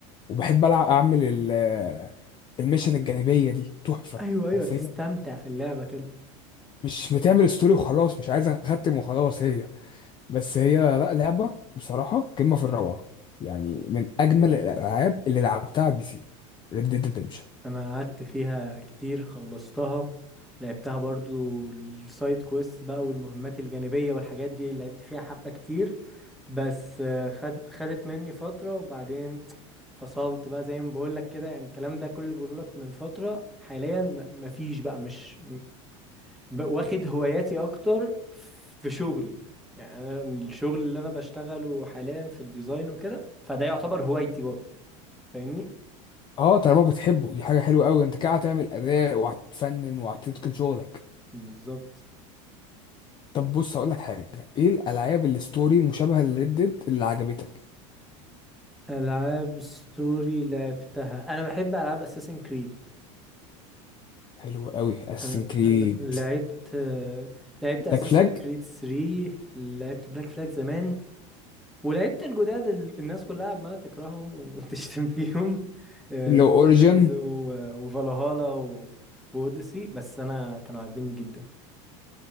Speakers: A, on the left; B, in the centre.
A: وبحب العب اعمل ال- الميشن الجانبيه دي تحفه
B: ايوه ايوه
A: حرفيا
B: تستمتع في اللعبه كده
A: مش بتعمل ستوري وخلاص مش عايز اختم وخلاص هي بس هي لا لعبه بصراحه قمه في الروعه يعني من اجمل الالعاب اللي لعبتها على البي سي ريد ديد ريدمشن
B: انا قعدت فيها كتير خلصتها لعبتها برضو السايد كويست بقى والمهمات الجانبية والحاجات دي لعبت فيها حبة كتير بس آه، خد خدت مني فترة وبعدين فصلت بقى زي ما بقولك كده يعني الكلام ده كله بقولك من فترة حاليا م- مفيش بقى مش م- ب- واخد هواياتي اكتر في شغلي يعني انا الشغل اللي انا بشتغله حاليا في الديزاين وكده فده يعتبر هوايتي برضو فاهمني
A: اه طالما بتحبه دي حاجه حلوه قوي انت كده هتعمل اداء وهتفنن وهتتقن شغلك
B: بالظبط
A: طب بص هقول لك حاجه ايه الالعاب الستوري مشابهه لريد ديد اللي عجبتك
B: ألعاب ستوري لعبتها أنا بحب ألعاب أساسن كريد
A: حلو قوي اساسن
B: أنا
A: كريد
B: أنا لعبت لعبت
A: بلاك
B: أساسن
A: فلاج
B: كريد 3 لعبت بلاك فلاج زمان ولعبت الجداد اللي الناس كلها عمالة تكرههم وتشتم <laughs> فيهم
A: لو
B: أورجنز
A: اوريجن
B: وفالهالا وأوديسي بس أنا كانوا عاجبيني جدا